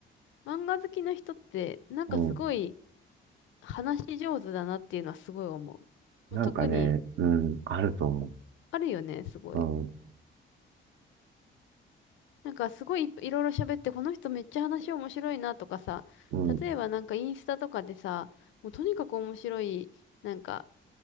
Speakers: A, on the left; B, on the right.
A: 漫画好きな人ってなんかすごい
B: うん。
A: 話し上手だなっていうのはすごい思う。まあ、
B: なんかね、
A: 特に
B: うん、あると思
A: あるよね、すごい。
B: う。うん、
A: なんかすごいいいろいろ喋って、この人めっちゃ話面白いなとかさ、
B: うん、
A: 例えばなんかインスタとかでさ、もうとにかく面白い、なんか